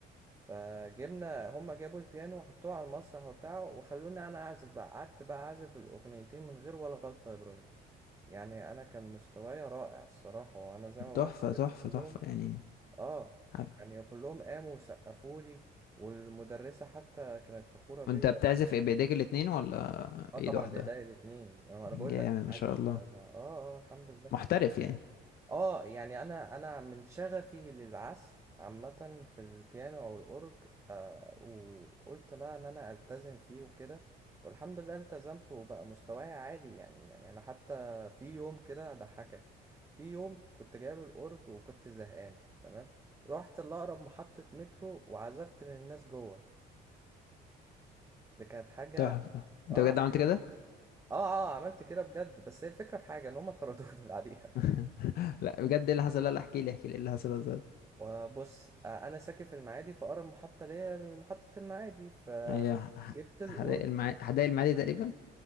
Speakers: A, on the right; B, on the left.
A: فجبنا هما جابوا البيانو وحطوه على المسرح وبتاع وخلوني انا اعزف بقى قعدت بقى اعزف الاغنيتين من غير ولا غلطه يا ابراهيم يعني انا كان مستواي رائع الصراحه وانا زي ما بقول
B: تحفه
A: لك كده
B: تحفه
A: كلهم
B: تحفه يعني
A: اه
B: عارف-
A: يعني كلهم قاموا وسقفوا لي والمدرسه حتى كانت فخوره بيا
B: وانت بتعزف ايه بايديك الاتنين ولا
A: اه طبعا
B: ايد واحده
A: بايديا الاثنين انا
B: جامد
A: بقول لك أنا
B: ما
A: عازف
B: شاء الله
A: اه اه آه، الحمد لله
B: محترف يعني
A: اه يعني انا انا من شغفي للعزف عامة في البيانو او الاورج آه وقلت بقى ان انا التزم فيه وكده والحمد لله التزمت وبقى مستواي عالي يعني يعني انا حتى في يوم كده هضحكك في يوم كنت جايب الاورج وكنت زهقان تمام رحت لاقرب محطة مترو وعزفت للناس جوه دي كانت حاجة
B: تحفة
A: اه
B: انت بجد عملت
A: حاجة
B: كده؟
A: جميلة. اه اه عملت كده بجد بس هي الفكرة في حاجة ان هم طردوني <laughs> بعديها
B: <laughs> لا بجد ايه اللي حصل لا لا احكي لي احكي لي ايه اللي حصل بالظبط
A: وبص آه، انا ساكن في المعادي فاقرب محطه ليا محطه المعادي فجبت
B: ايوه ح-
A: القرب
B: حدائق المع... حدائق المعادي تقريبا